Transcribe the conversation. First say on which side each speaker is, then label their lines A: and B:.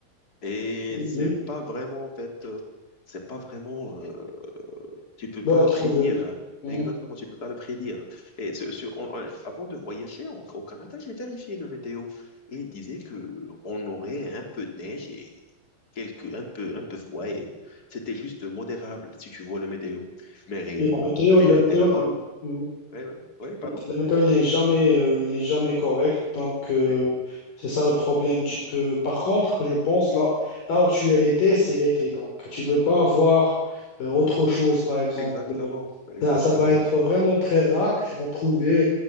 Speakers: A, on the left; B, on the left.
A: et
B: Oui.
A: c'est
B: oui.
A: pas vraiment en fait euh, c'est pas vraiment euh, tu peux
B: Bah,
A: pas le
B: trouver.
A: prédire
B: oui.
A: exactement
B: Mhm.
A: tu peux pas le prédire et ce- ce- on- on- avant de voyager en- au Canada j'ai vérifié le météo et il disait que on aurait un peu de neige et quelques un peu un peu froid et c'était juste modérable si tu vois le météo mais réellement
B: Oui, La météo,
A: quand t'es
B: la météo,
A: t'es là-bas
B: non. Mm.
A: ouais ouais ouais pardon
B: La météo n'est jamais, euh, n'est jamais correcte, donc euh,
A: Ouais,
B: c'est ça le problème. Tu peux, par contre, je pense là, là où tu es l'été, c'est l'été, donc tu peux pas avoir euh, autre chose, par exemple.
A: exactement exactement
B: Ça, ça va être vraiment très rare que tu vas trouver